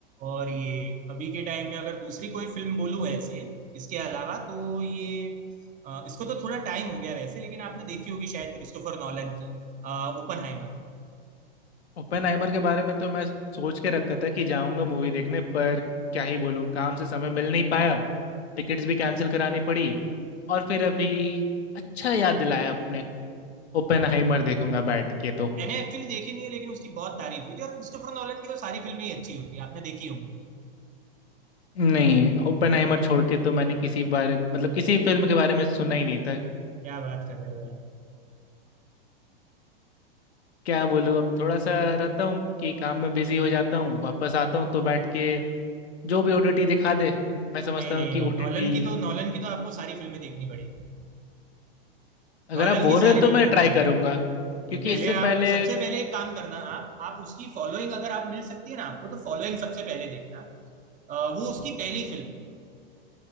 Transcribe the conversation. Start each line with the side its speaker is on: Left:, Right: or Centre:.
Right: और ये अभी के टाइम में अगर दूसरी कोई फिल्म बोलूं ऐसे इसके अलावा तो ये अ, इसको तो थोड़ा टाइम हो गया वैसे लेकिन आपने देखी होगी शायद क्रिस्टोफर नॉलन की ओपनहाइमर
Left: ओपेनहाइमर के बारे में तो मैं सोच के रखा था कि जाऊंगा मूवी देखने पर क्या ही बोलूं काम से समय मिल नहीं पाया टिकट्स भी कैंसिल करानी पड़ी और फिर अभी अच्छा याद दिलाया आपने ओपेनहाइमर देखूंगा बैठ के तो
Right: मैंने एक्चुअली देखी नहीं है लेकिन उसकी बहुत तारीफ हुई थी और क्रिस्टोफर नॉलन की तो सारी फिल्में ही अच्छी होती है आपने देखी होंगी
Left: नहीं ओपेनहाइमर छोड़ के तो मैंने किसी बारे मतलब किसी फिल्म के बारे में सुना ही नहीं था
Right: क्या बात कर रहे हो यार
Left: क्या बोलूं अब थोड़ा सा रहता हूँ कि काम में बिजी हो जाता हूँ वापस आता हूँ तो बैठ के जो भी ओटीटी दिखा दे मैं समझता
Right: नहीं नहीं
Left: हूँ कि
Right: नहीं
Left: ओटीटी
Right: नॉलन की तो नॉलन की तो आपको सारी फिल्में देखनी पड़ेगी
Left: अगर
Right: नॉलन
Left: आप बोल
Right: की सारी
Left: रहे हो तो
Right: फिल्में
Left: मैं ट्राई
Right: नहीं नहीं
Left: करूंगा
Right: नहीं
Left: क्योंकि
Right: नहीं पहले
Left: इससे पहले
Right: आप सबसे पहले एक काम करना आप आप उसकी फॉलोइंग अगर आप मिल सकती है ना आपको तो फॉलोइंग सबसे पहले देखना अ, वो उसकी पहली फिल्म है